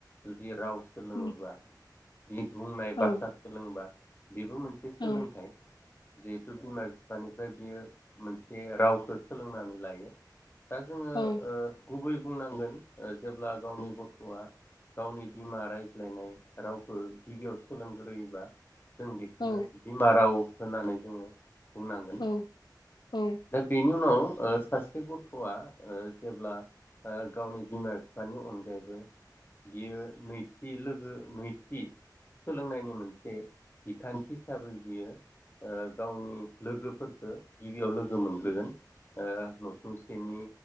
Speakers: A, on the left; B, on the left.
A: जुदि राव सोलोङोबा
B: उम
A: बि बुंनाय
B: औ
A: बाथ्रा सोलोङोबा बेबो मोनसे सोलोंथाइ
B: औ
A: जिहेथु बिमा बिफानिफ्राय बियो मोनसे रावखौ सोलोंनानै लायो। दा जोङो ओ
B: औ
A: गुबै बुंनांगोन ओ जेब्ला गावनि गथ'आ गावनि बिमा रायज्लायनाय रावखौ गिबियाव सोलोंग्रोयोबा जों बेखौ
B: औ
A: बिमाराव होनानै जोङो बुंनांगोन
B: औ औ
A: दा बेनि उनाव ओ सासे गथ'आ ओ जेब्ला ओ गावनि बिमा बिफानि अनगायै बियो नैथि लोगो नैथि सोलोंनायनि मोनसे बिखानथि हिसाबै बियो ओ गावनि लोगोफोरखो गिबियाव लोगो मोनग्रोगोन ओ नसुंसेनि